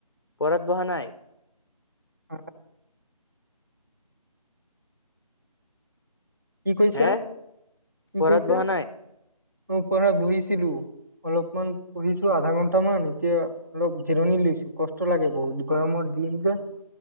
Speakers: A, on the left; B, on the right.
A: ঘৰত বহা নাই?
B: আ। কি কৈছা,
A: হে
B: কি
A: পঢ়াত
B: কৈছা?
A: বহা নাই
B: মই পঢ়াত বহিছিলোঁ, অলপমান পঢ়িছোঁ আধা ঘন্টামান। এতিয়া অলপ জিৰণি লৈছোঁ কষ্ট লাগে বহুত গৰমৰ দিন যে।